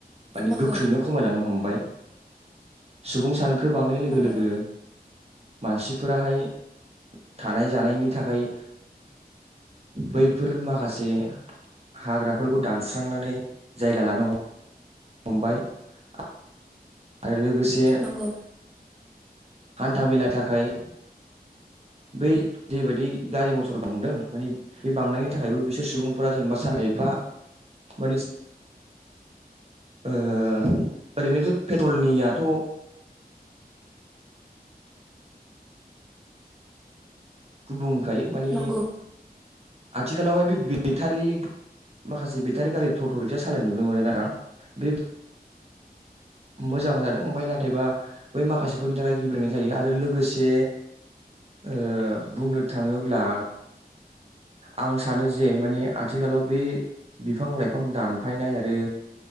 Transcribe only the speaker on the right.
माने
गोख्रैनो खमायलांनो हमबाय सुबुं सान खो बांनाय लोगो
लोगो मानसिफोराहाय थानाय जानायनि थाखाय बैफोर माखासे जे हाग्राफोरखौ दानस्रांनानै जायगा लानो हम हम्बाइ आ रो लोगोसे
हान्था मेला थाखाय बै जेबायदि गारि मथर बांदों माने बे बांनायनि थाखायबो बिसोर सुबुंफोरा जेनेबा साना एफा माने ओ ओरैनोथ पेट्रलनियाथ गुबुं खाय माने
आथिखालावहाय बे बेटारि माखासे बेटारि गारि ट ट रिक्सा सालायनाय नुनो मोनो नाथां बेब मोजां जादों ओमफाय नाथायबा बै माखासेफोरनि थाखाय गिब्रेंनाय जायो आरो लोगोसे ओ बुंनो थाङोब्ला आं सानो जे माने आथिखालाव बे बिफां लाइफां दानफायनाय आरो